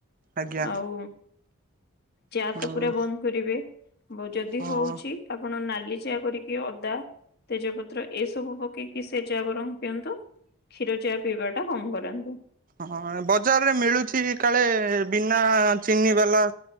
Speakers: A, on the right; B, on the left.
A: ଆଜ୍ଞା
B: ଆଉ ଚା
A: ହୁଁ
B: ତ ପୁରା ବନ୍ଦ କରିବେ? ଯଦି
A: ହଁ।
B: ହଉଛି ଆପଣ ନାଲି ଚା କରିକି ଅଦା ତେଜପତ୍ର ଏ ସବୁ ପକେଇକି ସେ ଚା ବରଂ ପିଅନ୍ତୁ କ୍ଷୀର ଚା ପିଇବା ଟା କମ କରାନ୍ତୁ।
A: ହଁ ବଜାରରେ ମିଳୁଛି କାଳେ ବିନା ଚିନି ବାଲା